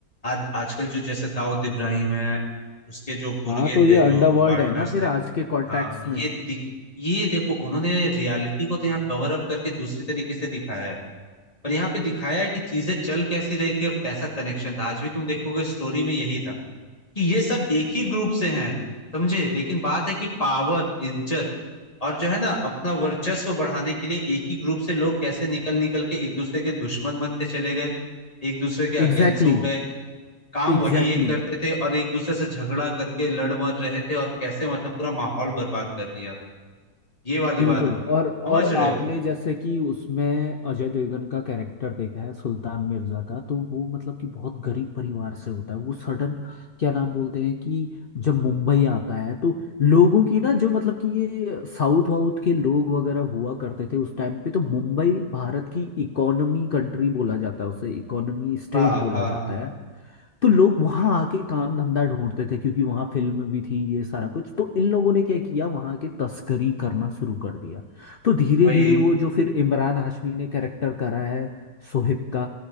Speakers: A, on the left; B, on the left.
A: आज आजकल जो जैसे दाऊद इब्राहिम है उसके जो गुर्गे
B: हाँ तो
A: थे
B: ये अंडरवर्ल्ड
A: जो पार्टनर्स
B: है ना फिर
A: थे
B: आज के कॉन्टेक्स्ट
A: हाँ ये
B: में
A: दिख ये देखो उन्होंने रियलिटी को तो यहाँ कवर अप करके दूसरी तरीके से दिखाया है पर यहाँ पे दिखाया है कि चीजें चल कैसी रही थी और कैसा कनेक्शन था आज भी तुम देखोगे स्टोरी में यही था कि ये सब एक ही ग्रुप से हैं समझे लेकिन बात है कि पावर इज्जत और जो है ना अपना वर्चस्व बढ़ाने के लिए एक ही ग्रुप से लोग कैसे निकल निकल के एक दूसरे के दुश्मन बनते चले गए एक दूसरे के अगेंस्ट
B: एग्जैक्टली
A: हो गए काम
B: एग्जैक्टली
A: वही एक करते थे और एक दूसरे से झगड़ा करके लड़ मर रहे थे और कैसे मतलब पूरा माहौल बर्बाद कर दिया था ये वाली
B: बिल्कुल
A: बात हो गई
B: और और
A: समझ रहे
B: आपने
A: हो
B: जैसे कि उसमें अजय देवगन का कैरेक्टर देखा है सुल्तान मिर्जा का तो वो मतलब कि बहुत गरीब परिवार से होता है वो सडन क्या नाम बोलते हैं कि जब मुंबई आता है तो लोगों की ना जो मतलब कि ये साउथ वाउथ के लोग वगैरह हुआ करते थे उस टाइम पे तो मुंबई भारत की इकोनॉमी कंट्री बोला जाता है उसे इकोनॉमी स्टेट
A: हाँ
B: बोला
A: हाँ
B: जाता
A: हाँ
B: है तो लोग वहां आके काम धंधा ढूंढते थे क्योंकि वहां फिल्म भी थी ये सारा कुछ तो इन लोगों ने क्या किया वहां के तस्करी करना शुरू कर दिया तो धीरे
A: वही
B: धीरे वो जो फिर इमरान हाशमी ने कैरेक्टर करा है सोहिब का